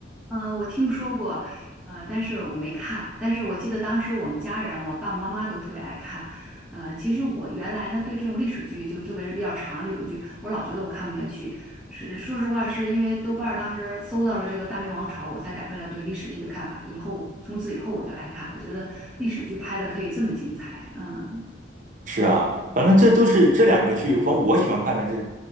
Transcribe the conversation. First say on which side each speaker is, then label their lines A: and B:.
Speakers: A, in the centre; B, on the right.
A: 嗯，呃我听说过，呃，但是我没看。但是我记得当时我们家人，我爸爸妈妈都特别爱看。呃，其实我原来呢对这种历史剧，就特别是比较长的历史剧，我老觉得我看不下去。是说实话，是因为豆瓣儿当时搜到了这个《大明王朝》，我才改变了对历史剧的看法。以后从此以后我就爱看了，觉得历史剧拍的可以这么精彩。嗯。
B: 是啊，反正这都是这两个剧，反正我喜欢看的这，